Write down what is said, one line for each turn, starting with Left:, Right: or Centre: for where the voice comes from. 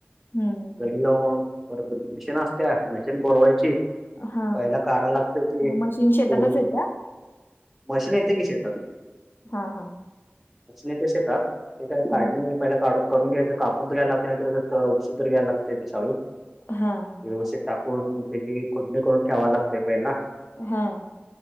Left: हम्म.
Centre: <unintelligible> मशीन असत्या मशीन बोलवायची.
Left: हा
Centre: पहिला काढा लागतंय ते तोडून,
Left: मशीन शेतातच येत्या.
Centre: मशीन येते की शेतात.
Left: हा हा.
Centre: मशीन येते शेतात. ते काय काढणे
Left: हा
Centre: पहिला काढून करून घ्यायचं कापून तर घ्यायला लागत नाही तर उपसून तर घ्यायला लागते ते शाळू.
Left: हां.
Centre: व्यवस्थित टाकून त्याची खुडणी करून ठ्यावा लागतय पहिला.
Left: हां.